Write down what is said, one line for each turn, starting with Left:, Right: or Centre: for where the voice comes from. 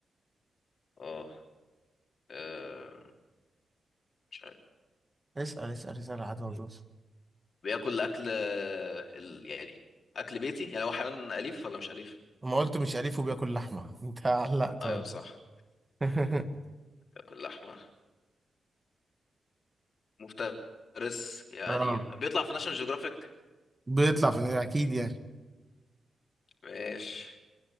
Left: اه آه، مش عارف
Right: اسال اسال اسال عادي موجود
Left: بياكل اكل آه، ال- يعني اكل بيتي يعني هو حيوان اليف ولا مش اليف
Right: ما قلت مش أليف وبياكل لحمة <laughs> انت علقت
Left: ايوه
Right: ولا
Left: صح
Right: <laughs>
Left: بياكل لحمه مفترس يعني
Right: اه
Left: بيطلع في ناشونال جيوغرافيك
Right: بيطلع في اكيد يعني
Left: ماشي